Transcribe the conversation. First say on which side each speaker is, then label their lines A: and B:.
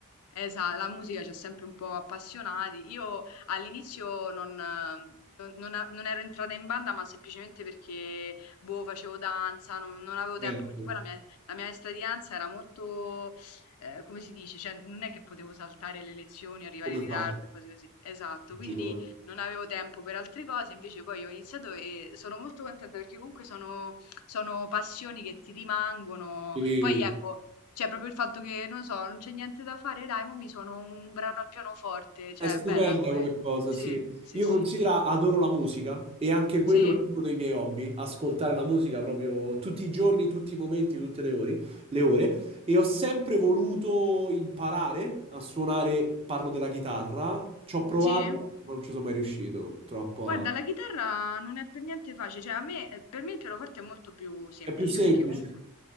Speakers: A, on the left (about 85°); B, on the right (about 25°).
A: esa- la musica ci ha sempre un po' appassionati. Io all'inizio non, eh, non- non a- non ero entrata in banda, ma semplicemente perché boh, facevo danza, non, non avevo
B: certo.
A: tempo, perché poi la mia, la mia maestra di danza era molto, eh, come si dice, cioè non è che potevo saltare le lezioni, arrivare
B: Come
A: in
B: fai?
A: ritardo, cose così. Esatto,
B: il
A: quindi
B: gigolo?
A: non avevo tempo per altre cose, invece poi ho iniziato e sono molto contenta perché comunque sono, sono passioni che ti rimangono.
B: Sì.
A: Poi ecco, c'è proprio il fatto che, non so, non c'è niente da fare, dai, mo mi suono un brano al pianoforte, cioè
B: È stupenda
A: è bella come...
B: come cosa,
A: Sì,
B: sì.
A: sì,
B: Io
A: sì,
B: considero, adoro la musica e anche quello
A: sì,
B: è uno dei miei hobby, ascoltare la musica proprio tutti i giorni, tutti i momenti, tutte le ore, le ore. E ho sempre voluto imparare a suonare, parlo della chitarra, ci ho provato,
A: sì.
B: ma non ci sono mai riuscito, troppo
A: Guarda,
B: a...
A: la chitarra non è per niente facile, cioè a me, eh, per me il pianoforte è molto più semplice
B: È più semplice.
A: perché comunque...